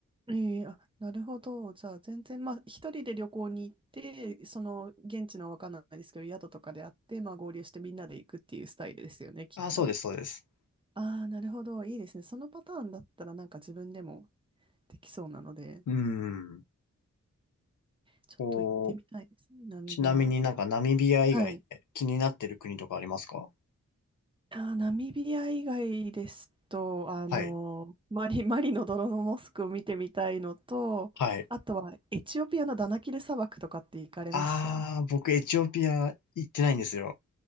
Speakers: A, on the right; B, on the left.
A: ええあ、なるほど。じゃあ、全然、まあ、一人で旅行に行って、その、現地のわかんないですけど、宿とかであって、まあ、合流してみんなで行くっていうスタイルですよね、きっと。
B: あ、そうです、そうです。
A: ああ、なるほど。いいですね。そのパターンだったら、なんか自分でもできそうなので、
B: うん。
A: ちょっと行ってみたいですね、
B: こう、
A: ナミビア。
B: ちなみになんかナミビア以外で気になってる国とかありますか
A: はいあー、ナミビア以外ですと、あの、
B: はい。
A: マリ、マリの泥のモスクを見てみたいのと、
B: はい。
A: あとはエチオピアのダナキル砂漠とかって行かれました
B: ああ、僕エチオピア行ってないんですよ。